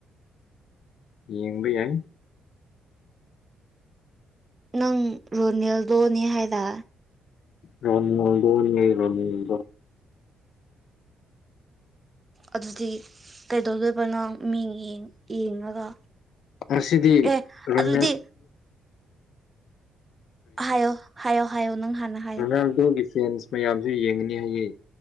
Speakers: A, on the left (about 70°); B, on the right (about 20°).
A: ꯌꯦꯡꯕ ꯌꯥꯏ
B: ꯅꯪ ꯔꯣꯅꯤꯜꯗꯣꯅꯦ ꯍꯥꯏꯔ
A: ꯔꯟꯃꯜꯗꯣ ꯔꯣꯟꯃꯜꯗ
B: ꯑꯗꯨꯗꯤ ꯀꯩꯗꯧꯗꯣꯏꯕꯅꯣ ꯃꯤꯡ ꯌꯦꯡꯉꯒ
A: ꯑ ꯁꯤꯗꯤ
B: ꯑꯦ
A: ꯔꯅ
B: ꯑꯗꯨꯗꯤ ꯍꯥꯏꯌꯣ ꯍꯥꯏꯌꯣ ꯍꯥꯏꯌꯣ ꯅꯪ ꯍꯥꯟꯅ ꯍꯥꯏꯌꯣ
A: ꯅꯥꯟ ꯇꯣꯅꯤ ꯆꯦꯟꯁ ꯃꯌꯥꯝꯁꯨ ꯌꯦꯡꯉꯅꯤ ꯍꯌꯦ